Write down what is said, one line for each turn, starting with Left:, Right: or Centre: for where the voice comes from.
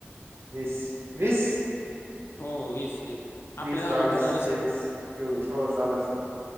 Right: वीस वीस
Left: हो वीस वीस
Right: वीस
Left: आपले दहा
Right: बावीस
Left: मिनिटं झाले सर
Right: तेवीस चोवीस हो चालेल सर